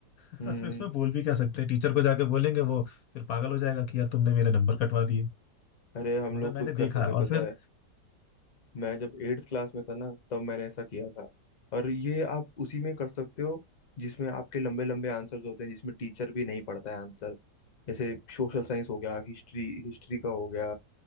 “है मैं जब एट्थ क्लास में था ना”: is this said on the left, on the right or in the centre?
Left